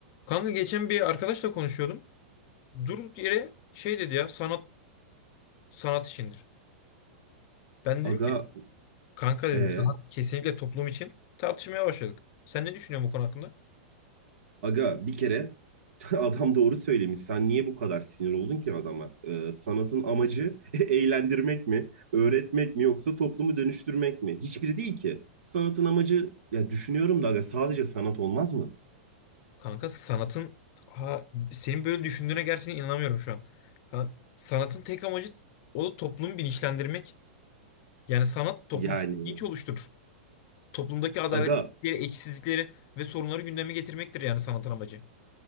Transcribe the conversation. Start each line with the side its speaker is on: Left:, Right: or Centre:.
Left: Kanka geçen bir arkadaşla konuşuyordum. Durduk yere şey dedi ya sanat sanat işindir. Ben
Right: Aga,
Left: dedim ki kanka dedim
Right: e,
Left: sanat kesinlikle toplum için tartışmaya başladık. Sen ne düşünüyorsun bu konu hakkında?
Right: aga bir kere <laughs> adam doğru söylemiş. Sen niye bu kadar sinir oldun ki adama? E, sanatın amacı <laughs> eğlendirmek mi, öğretmek mi yoksa toplumu dönüştürmek mi? Hiçbiri değil ki. Sanatın amacı ya düşünüyorum da aga sadece sanat olmaz mı?
Left: Kanka sanatın ha, senin böyle düşündüğüne gerçekten inanamıyorum şu an. Kanka, sanatın tek amacı o da toplumu bilinçlendirmek. Yani sanat toplumsal
Right: Yani
Left: bilinç oluşturur. Toplumdaki adaletsizlikleri,
Right: aga
Left: eksizlikleri ve sorunları gündeme getirmektir yani sanatın amacı.